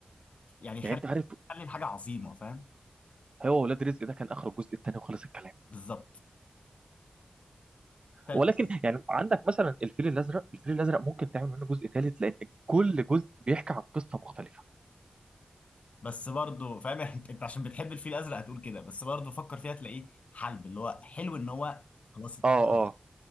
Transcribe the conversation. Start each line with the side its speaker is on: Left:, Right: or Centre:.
Left: يعني
Right: يعني
Left: خلي
Right: انت عارف
Left: خلي الحاجة عظيمة فاهم
Right: هو ولاد رزق ده كان اخر الجزء الثاني وخلص الكلام
Left: بالظبط ثالث
Right: ولكن يعني عندك مثلا الفيل الازرق الفيل الازرق ممكن تعمل منه جزء ثالث لان كل جزء بيحكي عن قصه مختلفه
Left: بس برضه فاهم <laughs> انت أنت عشان بتحب الفيل الازرق هتقول كده بس برضه فكر فيها تلاقيه حلب اللي هو حلو ان هو خلاص اتختم
Right: اه اه